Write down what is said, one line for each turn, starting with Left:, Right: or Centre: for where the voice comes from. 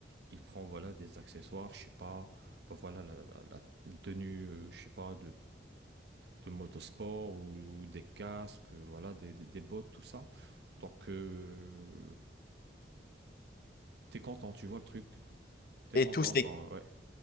Right: il prend voilà des accessoires, je sais pas, bah, voilà la, la- la- une tenue, euh, je sais pas de motosport ou, ou des casques, euh, voilà, des, des, des bottes, tout ça. Donc, euh, t'es content, tu vois le truc. T'es
Left: Et
Right: content
Left: tous ces,
Right: quand, ouais.